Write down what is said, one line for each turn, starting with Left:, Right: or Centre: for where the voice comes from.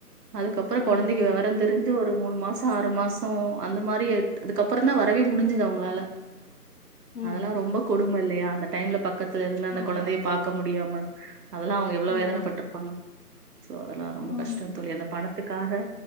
Right: அதுக்கப்புறம்
Left: ம் ம்
Right: கொழந்தைக்கு விவரந் தெரி ஞ்சு ஒரு மூணு மாசம் ஆறு மாசம் அந்த மாதிரி அதுக்கப்புறம் தா வரவே முடிஞ்சது அவங்களால
Left: ம்
Right: அதெல்லா ரொம்ப கொடுமை இல்லையா அந்த டைம்ல பக்கத்துல இருந்து அந்த
Left: ஆமா
Right: குழந்தைய பாக் க முடியாம அதெல்லா அவங்க எவ்வளவு
Left: ம்
Right: வேதனைப் பட்டிருப்பாங்க அதெல்லா ரொம்ப
Left: ஆமாமா
Right: கஷ்டம் தோழி அந்த பணத் த்துக்காக